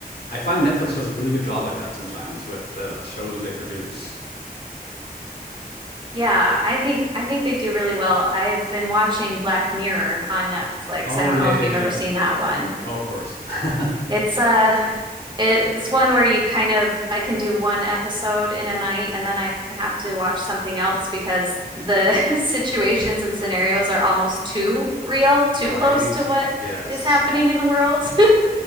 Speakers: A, on the left; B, on the right.
A: I find Netflix does a really good job like that sometimes with the shows they produce.
B: Yeah, I think I think they do really well. I've been watching Black Mirror on Netflix.
A: Oh
B: I don't
A: yeah,
B: know if
A: yeah,
B: you've
A: yeah.
B: ever seen that one.
A: Oh, of course. <laughs>
B: It's uh it's one where you kind of I can do one episode in a night and then I have to watch something else because the <laughs> situations and scenarios are almost too real, too
A: Right?
B: close to what
A: Yes.
B: is happening in the world. <laughs>